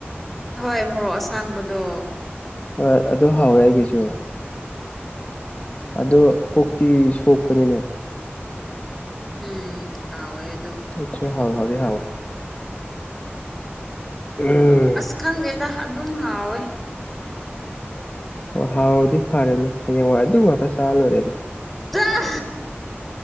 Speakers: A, in the centre; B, on the left.
A: ꯍꯣꯏ ꯃꯣꯔꯣꯛ ꯑꯁꯥꯡꯕꯗꯣ
B: ꯍꯣꯏ ꯑꯗꯨ ꯍꯥꯎꯋꯦ ꯑꯩꯒꯤꯁꯨ
A: ꯎꯝ
B: ꯑꯣ ꯄꯣꯛꯇꯤ ꯁꯣꯛꯄꯅꯤꯅꯦ
A: ꯎꯝ ꯍꯋꯦ ꯑꯗꯨ
B: ꯑꯩꯁꯨ ꯍꯥꯎꯋ ꯍꯥꯎꯗꯤ ꯍꯥꯎꯋꯦ ꯎꯝ
A: ꯑꯁ ꯈꯪꯗꯦꯗ ꯑꯗꯨꯝ ꯍꯥꯎꯋꯦ
B: ꯍꯣꯏ ꯍꯥꯎꯗꯤ ꯐꯔꯦꯅꯦ ꯍꯌꯦꯡꯋꯥꯏ ꯑꯗꯨ ꯉꯥꯛꯇ ꯆꯥꯔ ꯂꯣꯏꯔꯦꯗ
A: ꯇ <unintelligible>